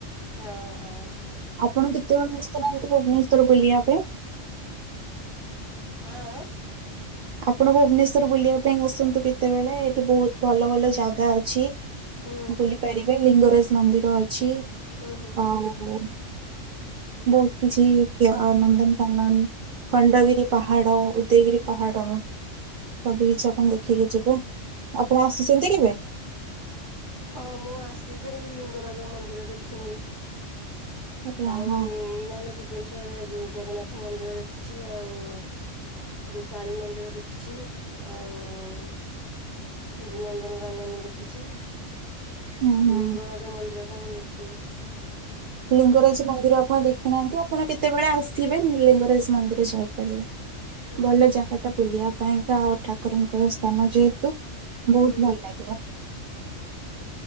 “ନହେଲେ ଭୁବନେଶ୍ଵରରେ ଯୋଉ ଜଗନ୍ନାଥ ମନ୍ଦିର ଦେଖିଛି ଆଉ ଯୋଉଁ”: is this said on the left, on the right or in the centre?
Left